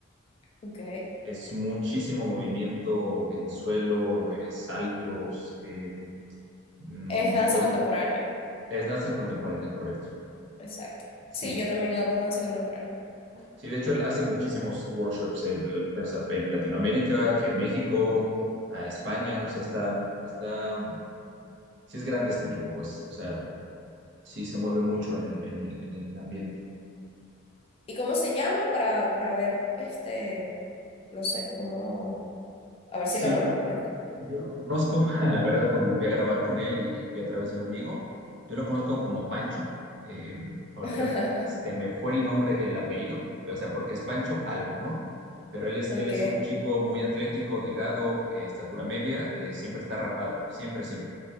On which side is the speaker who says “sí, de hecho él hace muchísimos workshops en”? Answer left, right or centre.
Right